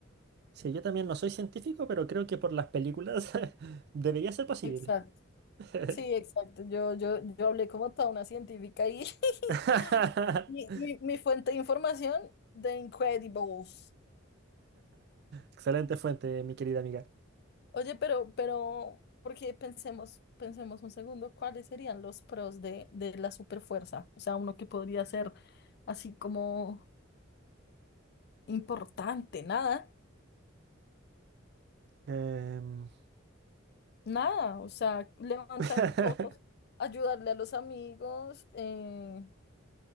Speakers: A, on the right (about 55°); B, on the left (about 50°).
A: Sí, yo también no soy científico, pero creo que por las películas <laughs> debería ser posible.
B: Exacto.
A: <laughs>
B: Sí, exacto. Yo, yo, yo hablé como toda una científica y
A: <laughs>
B: <laughs> mi, mi- mi fuente de información de Incredibles.
A: Excelente fuente, mi querida amiga.
B: Oye, pero, pero, porque pensemos, pensemos un segundo, ¿cuáles serían los pros de, de la superfuerza? O sea, uno que podría ser así como. importante, nada,
A: Em,
B: nada, o sea, levantar
A: <laughs>
B: cosas, ayudarle a los amigos eh,